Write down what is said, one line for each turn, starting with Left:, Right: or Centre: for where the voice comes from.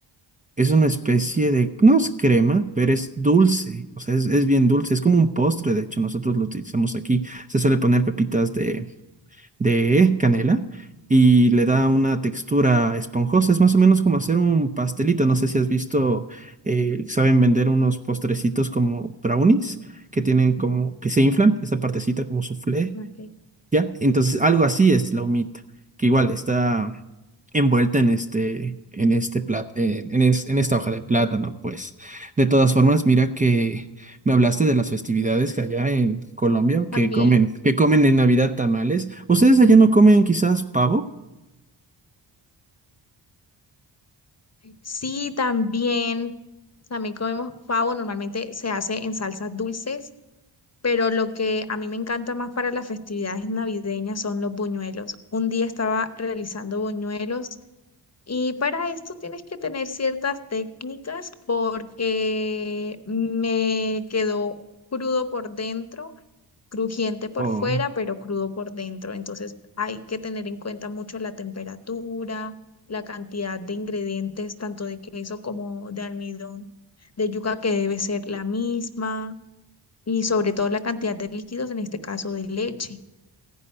Right: es una especie de, no es crema, pero es dulce, o sea, es, es bien dulce, es como un postre, de hecho, nosotros lo utilizamos aquí. Se suele poner pepitas de de canela y le da una textura esponjosa. Es más o menos como hacer un pastelito. No sé si has visto, eh, saben vender unos postrecitos como brownies que tienen como que se inflan, esa partecita como soufflé.
Left: Ok.
Right: Ya, entonces algo así es la humita, que igual está envuelta en este, en este plat, en, en es- en esta hoja de plátano, pues. De todas formas, mira que me hablaste de las festividades que allá en Colombia
Left: También,
Right: que comen, que comen en Navidad tamales. ¿Ustedes allá no comen quizás pavo?
Left: sí, también, también comemos pavo, normalmente se hace en salsas dulces pero lo que a mí me encanta más para las festividades navideñas son los buñuelos. Un día estaba realizando buñuelos y para esto tienes que tener ciertas técnicas porque me quedó crudo por dentro, crujiente por
Right: O,
Left: fuera, pero crudo por dentro. Entonces hay que tener en cuenta mucho la temperatura, la cantidad de ingredientes, tanto de queso como de almidón, de yuca que debe ser la misma y sobre todo la cantidad de líquidos, en este caso de leche,